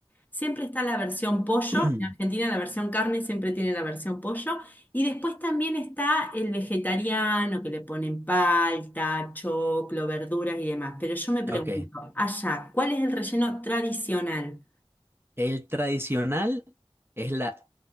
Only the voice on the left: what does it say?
siempre está la versión pollo,
en Argentina la versión carne siempre tiene la versión pollo, y después también está el vegetariano, que le ponen palta, choclo, verduras y demás. Pero yo me pregunto,
allá, ¿cuál es el relleno tradicional?